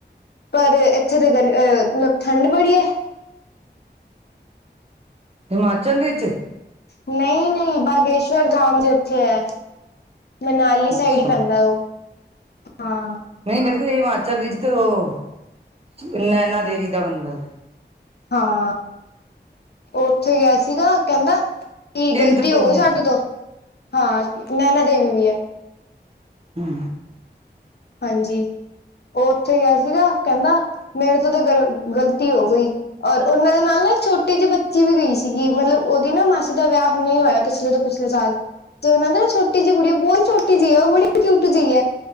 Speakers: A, on the left; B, on the right.
A: ਪਰ ਏਥੇ ਤੇ ਏ ਗਰਮੀ ਏ ਠੰਡ ਬੜੀ ਐ
B: ਹੀਮਾਚਲ ਵੇਚ?
A: ਨਈ-ਨਈ ਬਾਗੇਸ਼ਵਰ ਦਾਮ ਦੇ ਜੀਥੇ ਐ। ਮਨਾਲੀ ਸਾਈਡ
B: ਅੱਛਾ
A: ਈ ਪੈਂਦਾ ਓ, ਹਾਂ।
B: ਨਈ ਵੈਸੇ ਹੀਮਾਚਲ ਵੀਚ ਤੇ ਓ, ਨੈਨਾ ਦੇਵੀ ਦਾ ਮੰਦਰ ਐ।
A: ਹਾਂ, ਓਥੇ ਗੇਆ ਸੀਗਾ ਕੈਂਦਾ ਕੀ
B: ਚਿੰਤਪੂਰਨੀ
A: ਗ਼ਲਤੀ ਹੋ ਗਈ ਸਾਡੇ ਤੋਂ ਹਾਂ ਨੈਨਾ ਦੇਵੀ ਵੀ ਐ
B: ਹੂੰ
A: ਹਾਂਜੀ, ਓ ਓਥੇ ਗੇਆ ਸੀਗਾ ਕੈਂਦਾ ਮੇਰੇ ਤੋਂ ਤੇ ਗਲ ਗ਼ਲਤੀ ਹੋ ਗਈ ਔਰ ਓਨਾਂ ਦੇ ਨਾਲ ਨਾ ਏਕ ਛੋਟੀ ਜੀ ਬੱਚੀ ਵੀ ਗਈ ਸੀਗੀ ਮਤਲਬ ਓਦੀ ਨਾ ਮਾਸੀ ਦਾ ਵੇਆ ਹੁਣੇ ਹੋਏਆ ਪੀਛਲੇ ਤੋਂ ਪੀਛਲੇ ਸਾਲ, ਤੇ ਓਨਾਂ ਦੀ ਨਾ ਛੋਟੀ ਜੀ ਗੜੀਆ ਬੌ ਛੋਟੀ ਜੀ ਆ ਓ ਬੜੀ ਕੀਊਟ ਜੀ ਐ